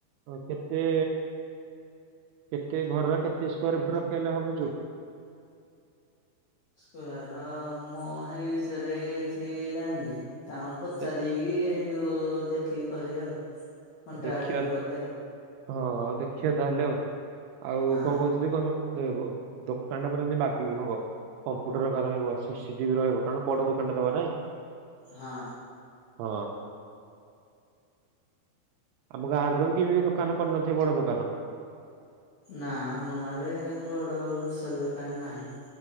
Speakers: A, on the right; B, on the left.
A: କେତେ କେତେ ଘରର କେତେ ସ୍କ୍ୱାୟାର ଫୁଟ ରଖିବା ବୋଲି ଭାବୁଛୁ?
B: ସ୍କ୍ୱାର ମୁଁ ସେଇ ବିଷୟରେ କିଛି ଜାଣିନି। ତାଙ୍କୁ ପଚାରିକି
A: ଦେ-
B: ସେଇଠି ଦେଖିକି କହିବି ଆଉ। କଣ୍ଟ୍ରାକ୍ଟରକୁ
A: ଆଉ ଦେଖିବା
B: କହିଲେ ଆଉ।
A: ହଁ ଆଉ ଦେଖିବା ତାହେଲେ ଆଉ ଆଉ
B: ହଁ
A: କଣ କହୁ ଯି କହ ଦୋକାନ ଟା ପରେ ଯେମିତି ବାଗେଇକି ହବ। କମ୍ପ୍ୟୁଟର ଘରିକା ରହିବ ସିସିଟିଭି ରହିବ କାରଣ ବଡ ଦୋକାନଟେ ଦବା ନା।
B: ହଁ।
A: ହଁ। ଆମ ଗାଁ ରେ ବି କେବେ ଦୋକାନ କରିନଥିବେ ବଡ ଦୋକାନ।
B: ନା ଆମ ଗାଁରେ ବଡ ଗ୍ରୋସୋରୀ ଦୋକାନ ନାହିଁ।